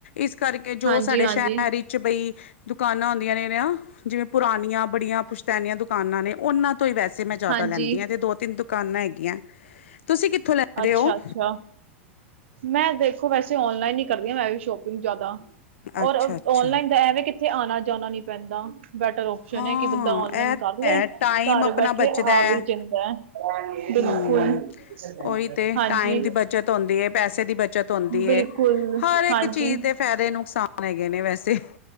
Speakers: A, on the left (about 70°); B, on the right (about 65°).
A: ਇਸ ਕਰਕੇ ਜੋ
B: ਹਾਂਜੀ
A: ਸਾਡੇ
B: ਹਾਂਜੀ
A: ਸ਼ਹਿਰ ਹੀ ਬਈ ਦੁਕਾਨਾਂ ਆਉਂਦੀਆਂ ਨੇ ਨੇ ਜਿਵੇਂ ਪੁਰਾਨੀਆਂ ਬੜੀਆਂ ਪੁਸ਼ਤੈਨੀਆਂ ਦੁਕਾਨਾਂ ਨੇ ਉਹਨਾਂ ਤੋਂ ਹੀ ਵੈਸੇ ਮੈਂ ਜ਼ਿਆਦਾ
B: ਹਾਂਜੀ
A: ਲੈਂਦੀ ਹਾਂ, ਤੇ ਦੋ ਤਿੰਨ ਦੁਕਾਨਾਂ ਹੈਗੀਆਂ ਤੁਸੀਂ ਕਿੱਥੋਂ ਲੈ
B: ਅੱਛਾ
A: ਰਹੇ ਹੋ?
B: ਅੱਛਾ ਮੈਂ ਦੇਖੋ ਵੈਸੇ ਆਨਲਾਈਨ ਹੀ ਕਰਦੀ ਹਾਂ ਮੈਂ ਵੀ ਸ਼ੋਪਿੰਗ ਜਿਆਦਾ,
A: ਅੱਛਾ
B: ਔਰ ਆਨਲਾਈਨ
A: ਅੱਛਾ
B: ਦਾ ਐਵੇਂ ਕਿ ਤੇ ਆਉਣਾ ਜਾਣਾ ਨੀ ਪੈਂਦਾ ਬੈਟਰ ਉਹ ਸੁਣਿਆ
A: ਹਾਂ
B: ਕਿ ਬੰਦਾ ਆਨਲਾਈਨ
A: ਇਹ
B: ਕਰ
A: ਤਾਂ
B: ਲੈ
A: ਹੈ ਟਾਈਮ
B: ਘਰ
A: ਆਪਣਾ
B: ਬੈਠੇ
A: ਬਚਦਾ
B: ਆ
A: ਹੈ।
B: ਵੀ ਜਾਂਦਾ, ਬਿਲਕੁਲ।
A: ਹੂੰ ਉਹੀ ਤੇ
B: ਹਾਂਜੀ।
A: ਟਾਈਮ ਦੀ ਬੱਚਤ ਹੁੰਦੀ ਪੈਸੇ ਦੀ ਬੱਚਤ ਹੁੰਦੀ
B: ਬਿਲਕੁਲ
A: ਏ। ਹਰ ਇੱਕ
B: ਹਾਂਜੀ
A: ਚੀਜ਼ ਦੇ ਫ਼ਾਇਦੇ ਨੁਕਸਾਨ ਹੈਗੇ ਨੇ ਵੈਸੇ।